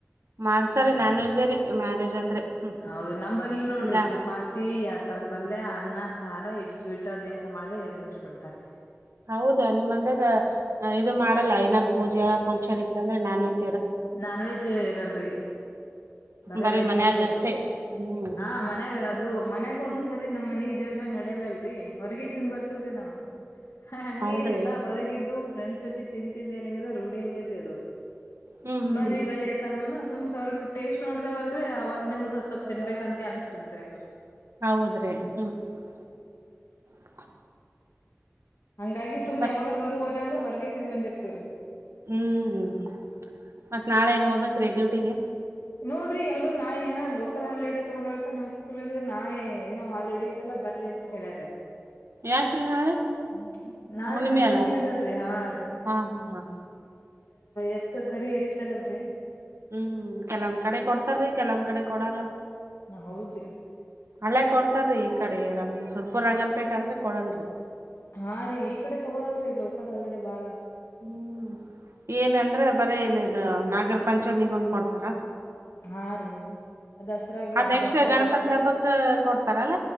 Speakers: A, on the right; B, on the left.
A: ಮಾಡ್ಸಾರಿ
B: ಹ್ಮ
A: ನಾನ್ ವೆಜ್ಜೇ ರೀ ಮ್ಯಾರೇಜ್ ಅಂದ್ರೆ ಹ್ಮ್
B: ಹೌದು ನಂಬಲ್ಲಿ ನೋಡ್ರಿ
A: ಇಲ್ಲ
B: ಚಪಾತಿ ಯಾರ್. ಆ ತರ ಪಲ್ಯ ಅನ್ನ ಸಾರ ಇಟ್ ಸ್ವೀಟ್ ಅದ ಎಂತ ಮಾಡಿ ಮುಗಸಬಿಡ್ತಾರೆ.
A: ಹೌದಾ ನಿಮ್ಂದಾಗ ಇದು ಮಾಡಲ್ಲ ಐನಾರ ಪೂಜಾ ಫಂಕ್ಷನ್ ಇತ್ತ ಅಂದ್ರೆ ನಾನ್ ವಜ್.
B: ನಾನ್ ವೆಜ್ ಇರಲ್ರಿ. ಬರ
A: ಬರೀ
B: ವೆಜ್ಜ್
A: ಮನ್ಯಾಗ
B: ಅಷ್ಟೇ ರೀ
A: ಹ್ಮ್
B: ಹಾ ಮನ್ಯಾಗ ಅದು. ಮನ್ಯಾಗ ಒಂದ ಸರಿ ನಮ್ ಮನೆ ದೇವ್ರ ಮ್ಯ್ ನಡ್ಯಲಲ್ರರಿ. ಹೊರಗ ತಿಿಂದ ಬರ್ತವ್ರಿ ನಾವವು ಹಂಗಗೆ
A: ಹೌದ್ರಿ
B: ಎಲ್ಲಾ ಹೊರಗಿದ್ದು. ಫ್ರೆಂಚ್ ಜೊತಿ ತಿನ್ಂತಿಂದ ಏನಗದ ರೂಢಿಯಾಗಿೇಲ್ತದು
A: ಹ್ಮ್ ಹ್ಮ್
B: ಬರ್ರಿ ಬರ್ರಿ ಅಂತಾನಾ. ಸುಮ್ ಸ್ವಲ್ಪ ಟೇಸ್ಟ್ ನೋ್ದೇವಲ್ರರಿ ಆವಾಗಿನಿಂದ ಸ್ ಸ್ವಪ್ ತಿನ್ಬೇಕ್ ಅಂತ ಅನ್ಸ್ಬಿಡ್ತ್ರರಿ.
A: ಹೌದ್ರಿ ಹ್ಮ್ <unintelligible>
B: ಹಂಗಾಗಿ ಸುಮ್ಮ್
A: ಮತ್
B: ಯಾವಾಗಾರ ಹರಗೆ ಹೋದಂದ್ರ ಹೊರಗೆ ತಿಿಂದ ಬಂದಿರ್ತವರಿ.
A: ಹ್ಮ್ ಮತ್ತ್ ನಾಳೆ ಏನ್ ಹೋಗ್ಬೇಕ್ರಿ ಡ್ಯೂಟಿಗೆ.
B: ನೋಡ್ರಿ ಎಲ್ರುೂ ನಾ ಏನ ಲೋಕಲ್ ಹಾಲಿಡೆ ತಗೊಂಡ ನಮ್ಮ್ ಸ್ಕೂಲ್ಗಿದ್ರೆ ನಾನೇ ಏನೋ ಹಾಲಿಡೇ ಇಲ್ಲಲ್ಲ. ಬಲಿ ಅಂತ ಹೇಳ್ಯಾರ.
A: ಯಾಕ್ರಿ ನಾಳೆ
B: ಹ್ಮ ನಾಳ
A: ಹುಣ್ಣಿಮೆ
B: ಅರುಣಿ
A: ಅಲ್ಲ
B: ಅದಲ್ರಿ ಹಾ ರೀ.
A: ಹಾ ಹಾ ಹಾ
B: ಎತ್ ಕರಿ ಎರಿತಾರಲ್ರಿ.
A: ಹ್ಮ್ ಕೆಲವೊಂದ್ ಕಡೆ ಕೊಡ್ತಾರೀ ಕೆಲವಂದ್ ಕಡೆ ಕೊಡಲ್ಲ.
B: ನಾ ಹೌದ್ರಿ
A: ಹಳ್ಳೆ ಕೊಡ್ತಾರಿ. ಕಡೆ ರಂಗ ಸುರ್ಪುರ್ ರಂಗನಪೇಟೆ ಅಂದ್ರೆ ಕೊಡಲ್ರಿ.
B: ಹಾ ರೀ ಈ ಕಡೆ ತಗೊಳಲ್ರರಿ ಲೋಕಲ್ ಆಲ್ರೆಡಿ ಬಾಳ.
A: ಹ್ಮ್ ಏನ ಅಂದ್ರೆ ಬರೇ ನ್ದು ನಾಗರ ಪಂಚಮಿಗ ಒಂದ್ ಕೊಡ್ತಾರ.
B: ಹಾ ರೀ ದಸರಾಗ
A: ಅದ್ ನೆಕ್ಸ್ಟ್
B: ದಸರಾದ
A: ಗಣಪತಿ ಹಬ್ಬಕ್ ಕೊಡ್ತಾರಲ್ಲ